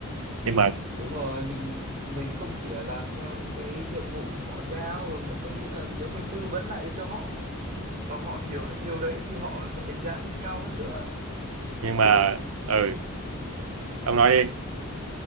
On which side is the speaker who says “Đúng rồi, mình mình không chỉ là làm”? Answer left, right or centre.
Right